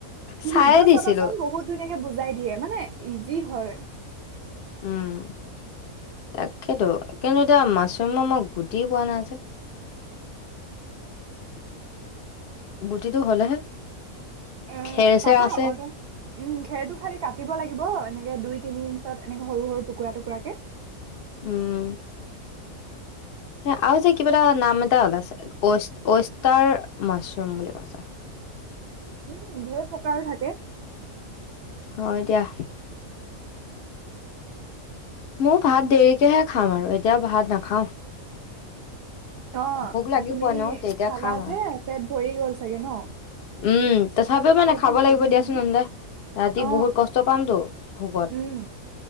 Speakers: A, on the left; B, on the right.
A: চায়ে
B: ভিডিঅ'
A: দিছিলো
B: চাবাচোন বহু হুত ধুনীয়াকে বুজাই দিয়ে মানে ইজি হয়।
A: উম তাকেইেতো, কিন্তু এতিয়া মাছৰুমো মই গুটি পোৱা নাই যে। গুটিটো হ'লেহে
B: এ‌
A: খেৰ চেৰ
B: পাবা
A: আছে
B: অৰ্ডাৰ উম খেৰটো খালি কাটিব লাগিব এনেকে দুই তিনি ইঞ্চত এনেকে সৰু টুকুৰাটুৰাকে।
A: উম। সে আৰু যে কিবা এটা নাম এটা ওলাইছে, ৱেষ্টাৰ মাছৰুম বুলি কৈছে।
B: উম, ঢেৰ প্ৰকাৰ থাকে।
A: হয় দিয়া। মোৰ ভাত দেৰিকেহে খাম আৰু, এতিয়া ভাত নাখাওঁ।
B: অঁ
A: ভোক লাগিব
B: তুমি
A: এনেও তেতিয়া
B: খালা
A: খাম আৰু
B: যে, পেট ভৰি গ'ল চাগে ন।
A: উম। তথাপিও মানে
B: পেটটো
A: খাব
B: ভৰি
A: লাগিব
B: যায়
A: দিয়াচোন
B: নহয়
A: এনকা ৰাতি
B: অ
A: বহুত কষ্ট পামতো ভোকত।
B: উম